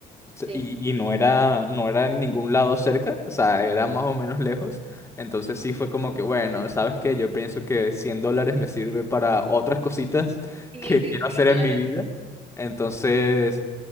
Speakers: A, on the left; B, on the right.
A: Se-
B: Sí.
A: Y, y no era, no era en ningún lado cerca, o sea, era más o menos lejos. Entonces sí fue como que, bueno, ¿sabes qué? Yo pienso que 100 dólares me sirve para otras cositas <laughs>
B: Sí,
A: que
B: sí,
A: quiero
B: sí,
A: hacer en
B: claro.
A: mi vida. Entonces,